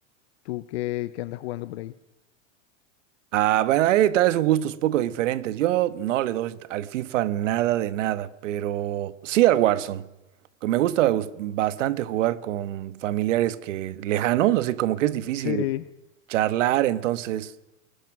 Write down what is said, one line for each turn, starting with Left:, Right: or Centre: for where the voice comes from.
Left: tú qué, qué andas jugando por ahí.
Right: Ah, bueno, ahí tal vez son gustos poco diferentes. Yo no le doy al FIFA nada de nada, pero sí al Warzone. Que me gusta bus- bastante jugar con familiares que lejanos, así como que es difícil
Left: Sí,
Right: charlar, entonces